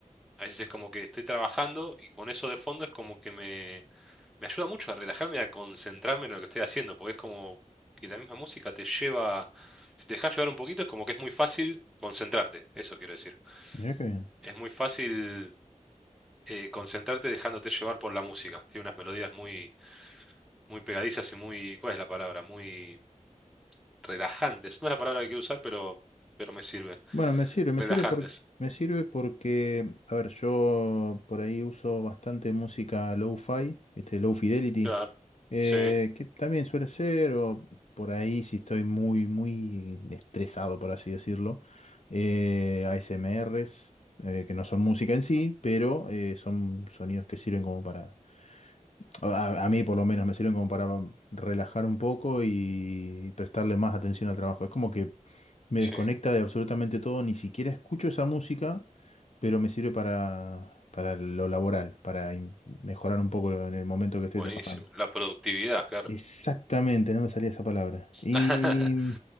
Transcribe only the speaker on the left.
Mirá qué bien.
Bueno, me sirve, me
sirve por- me sirve porque, a ver, yo por ahí uso bastante música low-fi, ¿viste? Low fidelity,
eh,
que también suele ser, o por ahí si estoy muy, muy estresado, por así decirlo, eh, ASMRs, eh, que no son música en sí, pero eh, son sonidos que sirven como para a, a mí por lo menos me sirven como para relajar un poco y prestarle más atención al trabajo. Es como que me
desconecta de absolutamente todo, ni siquiera escucho esa música, pero me sirve para, para lo laboral, para im- mejorar un poco en el momento que estoy
trabajando.
Exactamente, no me salía esa palabra. ¿Y